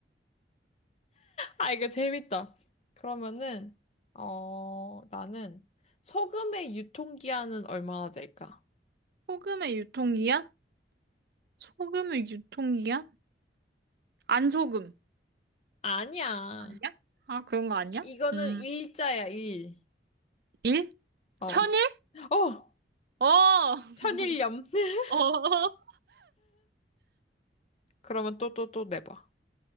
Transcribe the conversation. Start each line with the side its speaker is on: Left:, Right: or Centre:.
Left: 아, 이거 재밌다. 그러면은, 어, 나는 소금의 유통기한은 얼마나 될까?
Right: 소금의 유통기한? 소금의 유통기한? 안 소금.
Left: 아니야.
Right: 아니야? 아, 그런 거 아니야?
Left: 이거는
Right: 음,
Left: 일자야, 일.
Right: 일?
Left: 어.
Right: 천일?
Left: 어!
Right: 어! <laughs>
Left: 천일염. <laughs>
Right: 어.
Left: 그러면 또, 또, 또 내봐.